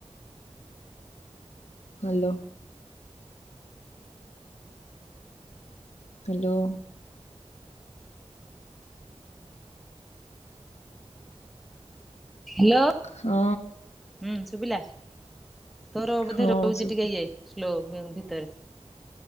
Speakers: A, on the left (about 70°); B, in the centre.
A: ହାଲୋ। ହାଲୋ।
B: ହେଲୋ।
A: ହଁ।
B: ହୁଁ ଶୁଭିଲା ତୋର
A: ହଁ
B: ବୋଧେ ରହୁଚି
A: ଶୁଭି
B: ଟିକେ ୟେ ସ୍ଲୋ ହୁଁ ଭିତରେ।